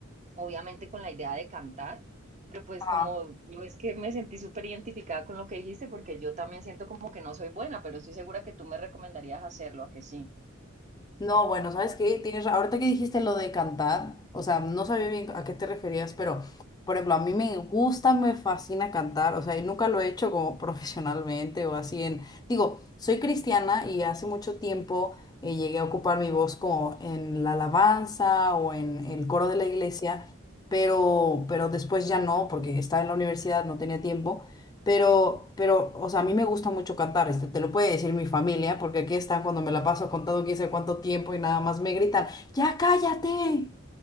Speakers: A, on the right; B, on the left.
A: obviamente con la idea de cantar, pero pues
B: Claro.
A: como lo es que me sentí súper identificada con lo que dijiste, porque yo también siento como que no soy buena, pero estoy segura que tú me recomendarías hacerlo, a que sí.
B: No, bueno, ¿sabes qué? Tienes, ra- ahorita que dijiste lo de cantar, o sea, no sabía bien a qué te referías, pero, por ejemplo, a mí me gusta, me fascina cantar, o sea, y nunca lo he hecho como <laughs> profesionalmente o así en, digo, soy cristiana y hace mucho tiempo eh, llegué a ocupar mi voz como en la alabanza o en el coro de la iglesia, pero, pero después ya no, porque estaba en la universidad, no tenía tiempo. Pero, pero, o sea, a mí me gusta mucho cantar, este, te lo puede decir mi familia, porque aquí están cuando me la paso contando quién sabe cuánto tiempo y nada más me gritan, ¡ya cállate!